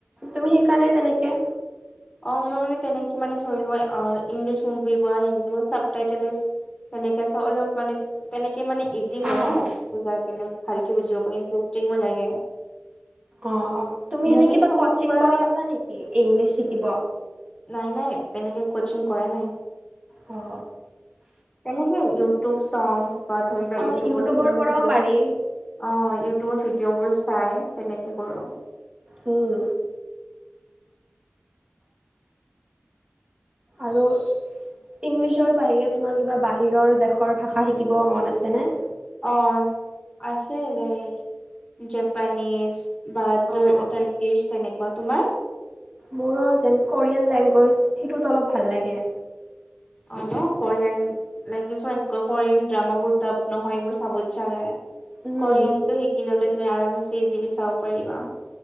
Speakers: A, on the right; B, on the left.
A: তুমি শিকা নাই তেনেকে।
B: অঁ, মই মানে তেনেকে মানে ধৰি লোৱা ইংলিছ মুভি বা হিন্দী মুভি চাব- টাইটেনিছ, তেনেকে চ অলপ মানে তেনেকে মানে ইজি
A: অ',
B: হয় ন বুজাৰ পিনে। ভালকে বুজিব পাৰি, ইণ্টাৰেষ্টিংও লাগে।
A: অঁ, তুমি
B: মুভি
A: এনে কিবা
B: চঙৰ
A: কচিং
B: পৰা
A: কৰি আছা নেকি ইংলিছ শিকিব?
B: নাই নাই তেনেকে কচিং কৰা নাই।
A: অঁ।
B: তেনেকে ইউটিউব চছ বা ধৰি লোৱা
A: অ',
B: ইউটিউৱত
A: ইউটিউবৰ
B: কিছুমান
A: পৰাও
B: ভিডিঅ'-
A: পাৰি
B: অঁ, ইউটিউবৰ ভিডিঅ' বোৰ চাই তেনেকে কৰোঁ।
A: উম। আৰু- ইংলিছৰ বাহিৰে তোমাৰ কিবা বাহিৰৰ দেশৰ ভাষা শিকিব মন আছেনে?
B: অঁ, আছে লাইক জেপানীজ। বা তো
A: অ',
B: তৰ্কিজ তেনেকুৱা তোমাৰ।
A: মোৰ যেন কোৰিয়ান লেংগুৱেজ সেইটোত অলপ ভাল লাগে।
B: অঁ ন কোৰিয়ান লেংগুৱেজ এনেকৈ কোৰিয়ান ড্ৰামা বোৰ তাপ নহয় বুজ- ছা চাগে।
A: উম।
B: কৰিয়ান টো শিকি ললে তুমি আৰাম ইজিলি চাব পাৰিবা।